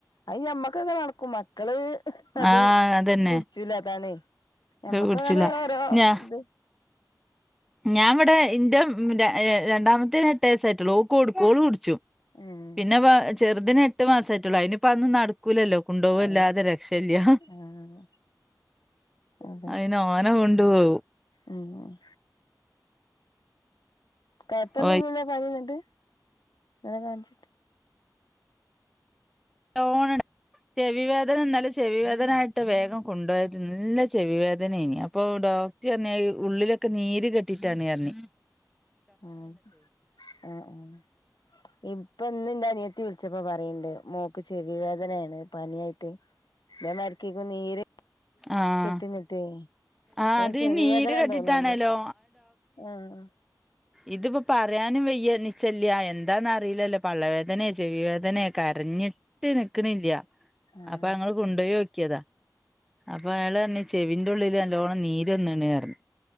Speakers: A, on the left; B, in the centre.
A: അത് ഞമ്മക്കെക്കെ നടക്കും മ മക്കള് അത്
B: ആഹ് അതന്നെ
A: കുടിച്ചൂല അതാണേ ഞമ്മക്ക്
B: കുടിച്ചില്ല
A: അങ്ങനെ ഓരോ
B: ഞാ
A: ഇത്
B: ഞാൻ ഇവടെ ഇന്റെ രണ്ടാമത്തെ എട്ട് വസായിട്ടാെള്ളൂ ഓക്ക് കൊടുക്കും ഓള് കുടിച്ചും
A: ഉം
B: പിന്നെപ്പൊ ചെറ്തിന് എട്ട് മാസായിട്ടാെള്ളൂ ഐന്പ്പാെ അതൊന്നും നടക്കൂലല്ലോ കൊണ്ടോവെല്ലാതെ
A: അതെ
B: രക്ഷല്യ
A: ആഹ് അതെ
B: ഐനോ ഓനെ കൊണ്ടു പോവും
A: ഉം ഏഹ് കൊഴപ്പാെന്നുല്യല്ലോ
B: ഓ
A: പനഇന്ന്ണ്ട് മോനെകാൺച്ചിട്ട്
B: നല്ലോണംണ്ട് ചെവി വേദന ഇന്നലെ ചെവി വേദനായിട്ട് വേഗം കൊണ്ടാേയത് നല്ല ചെവി വേദനേയ്‌നി അപ്പൊ ഡോക്ടർ പർണത് ഉള്ളിലൊക്കെ നീര് കെട്ടിട്ടാണ് അർണ്
A: ആജ് ആഹ് ആഹ് ഇപ്പൊ ഇന്ന് ഇന്റെ അനിയത്തി വിളിച്ചപ്പാെ പറയ്ണ്ട് മോക്ക് ചെവി വേദനേണ് പനിയായിട്ട് ഇതേ മാതിരിക്കേക്കും നീര്
B: ആഹ്
A: കെട്ടിന്ന്ട്ടേയ്
B: ആഹ്
A: ഐന്
B: അത്
A: ചെവിവേദനയാന്ന്
B: ഈ നീര് കെട്ടിട്ടാണല്ലോ
A: തോന്ന്ണ്ട് ആഹ് ആഹ്
B: ഇതിപ്പാെ പറയാനും വെയ്യ നിച്ചല്ല്യാ എന്താന്ന് അറീലല്ലോ പള്ളവേദനെ ചെവിവേദനെ കരഞ്ഞി ട്ട് നിക്ക്ണില്യ
A: ആഹ്
B: അപ്പൊ ഞങ്ങള് കൊണ്ടോയോക്കിയതാ അപ്പൊ അയാളർണ് ചെവിന്റെ ഉള്ളില് നല്ലോണം നീര് വന്ന്‌ണ് അറ്ഞ്ഞു